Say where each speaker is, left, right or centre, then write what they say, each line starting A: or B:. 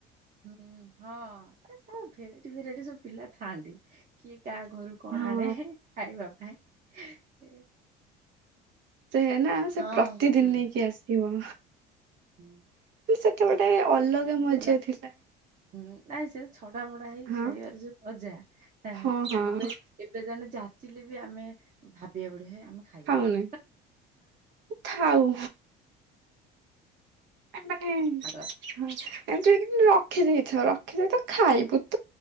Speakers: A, on the right; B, on the right.
A: ହୁଁ ହଁ ଆରେ ସବୁ ଭେରାଇଟି ଭେରାଇଟି ସବୁ ପିଲା ଥାଆନ୍ତି କିଏ ଏ କାହା ଘରୁ କଣ
B: ହଁ
A: ଆଣେ ଖାଇବା ପାଇଁ
B: ସେ ନା ସେ
A: ହଁ।
B: ପ୍ରତିଦିନ
A: ହୁଁ
B: ହେଇକି ଆସିବ
A: ହୁଁ
B: ସେତେବେଲେ ଗୋଟେ ଅଲଗା
A: ଗୋଟେ
B: ମଜା ଥିଲା।
A: ହୁଁ ଆାଇ ସେ <unintelligible> ଛଡା ମଡା ହେଇ
B: ହଁ
A: ଖାଇବାର ଯୋଉ ମଜା ଆ
B: ହଁ ହଁ
A: ଏବେ ଏବେ ଜଣେ ଯା ଚିଲେ ବି ଆମେ ଭାବିବା ବଡ ହେ <unintelligible> ଆମେ ଖାଇବାନି
B: ଖାଉନି
A: <unintelligible>
B: ଥାଉ ମାନେ <unintelligible>
A: ଖାଇବା
B: ଏମୁତି ରଖିଦେଇଥଉ ରଖିଦେଇଥ ଖାଇବୁ <unintelligible>